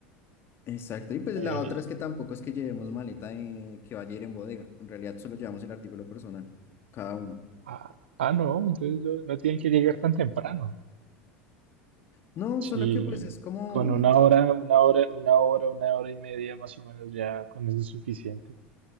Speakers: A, on the left; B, on the right.
A: Exacto. Y pues
B: eh,
A: la otra es que tampoco es que llevemos maleta eh, que vaya a ir en bodega. En realidad solo llevamos el artículo personal, cada uno.
B: ah, ah, no, entonces no, no tienen que llegar tan temprano.
A: No,
B: Sí,
A: solo que pues es como...
B: con una hora, una hora, una hora, una hora y media más o menos ya con eso es suficiente.